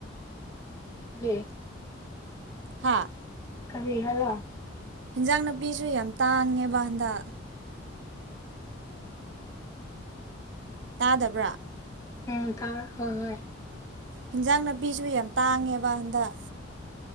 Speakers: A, on the left (about 15°); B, on the right (about 65°).
A: ꯀꯔꯤ <unintelligible>
B: ꯍꯥꯥ
A: ꯀꯔꯤ ꯍꯥꯏꯔꯥ ꯫
B: ꯍꯤꯟꯖꯥꯡ ꯅꯥꯄꯤꯁꯨ ꯌꯥꯝ ꯇꯥꯡꯉꯦꯕ ꯍꯟꯗꯛ ꯇꯥꯗꯕ꯭ꯔꯥ
A: ꯎꯝ ꯇꯥ ꯍꯣꯏ ꯍꯣꯏ
B: ꯍꯤꯟꯖꯥꯡ ꯅꯥꯄꯤꯁꯨ ꯌꯥꯝ ꯇꯥꯡꯉꯦꯕ ꯍꯟꯗꯛ